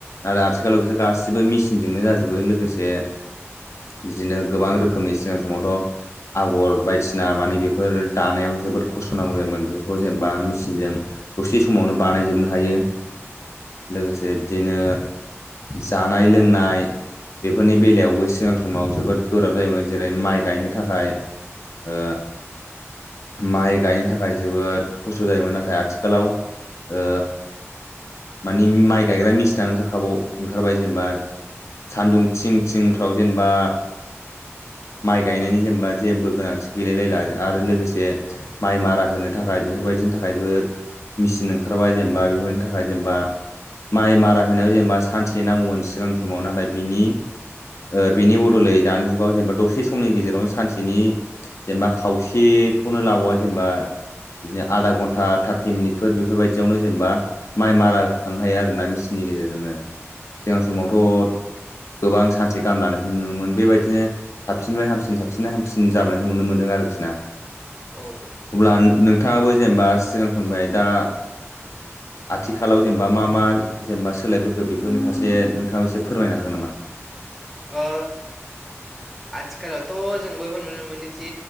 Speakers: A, on the left (about 75°); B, in the centre.
A: आरो आथिखालाव बिसोर गासिबो मेचिनजोंनो जाजोबो लोगोसे
B: <inaudible>
A: बिदिनो गोबां रोखोमनि सिगां समावथ' आगर बायदिसिना मानि बेफोर दानायाव जोबोद खस्थ' नांगौ जायोमोन बेफोरखौ जेनेबा मेचिनजों दसे समावनो बानायजोबनो हायो लोगोसे बिदिनो जानाय लोंनाय बेफोरनि बेलायावबो सिगां समाव जोबोद गोब्राब जायोमोन जेरै माइ गायनो थाखाय ओ माइ गायनो थाखाय जोबोद खस्थ' जायोमोन नाथाय आथिखालाव ओ मानि माइ गायग्रा मेसिनानो ओंखारखाव ओंखारबाय जेनेबा सान्दुं थि थिंफ्राव जेनेबा माइ गायनायनि जेनेबा जेबो गोनांथि गैेललायला आरो लोगोसे माइ मारा होनो थाखाय बेफोर बेफोरबायदिनि थाखायबो मिचिन ओंखारबाय जेनेबा बेफोरनि थाखाय जेनेबा माइ मारा होनायाव जेनेबा सानसे नांगौमोन सिगांनि समाव नाथाय बिनि ओ बेनि बदलै दानि जुगाव जेनेबा दसे समनि गेजेरावनो सानसेनि जेनेबा खावसेखौनो लाबावा जेनेबा <unintelligible> आधा घन्टा थार्टि मिनिटफोर बेफोरबायदियावनो जेनेबा माइ मारा होखांनो हायो आरोना मेचिननि गेजेरजोंनो सिगां समावथ' गोबां <unintelligible> <unintelligible> गाहाम लानायखौ नुनो मोनोमोन बेबायदिनो साबसिननिफ्राय हामसिन साबसिन हामसिन जाबोनायखौ नुनो मोन्दों आरोखि ना
B: औ
A: अब्ला नोंथाङाबो जेनेबा सिगां फोरनिफ्राय दा
B: <inaudible>
A: आथिखालाव जेनेबा मा मा जेनेबा सोलायबोखो बेफोरनि फारसे नोंथाङा एसे फोरमायनो हागोन नामा?
B: ओ आथिखालावथ' जों बयबो नुनो मोनो जे